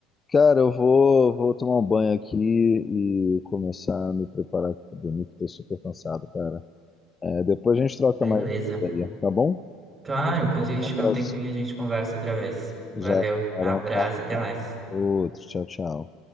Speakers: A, on the left; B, on the right.
A: Cara, eu vou, vou tomar um banho aqui e começar a me preparar aqui pra dormir, que tô super cansado, cara. É, depois a gente troca
B: Beleza.
A: mais ideia, tá bom?
B: Claro, quando a gente
A: Um
B: tiver
A: abraço.
B: um tempinho, a gente conversa outra vez. Valeu,
A: Já
B: abraço,
A: era um abraço.
B: até mais.
A: Outro. Tchau, tchau.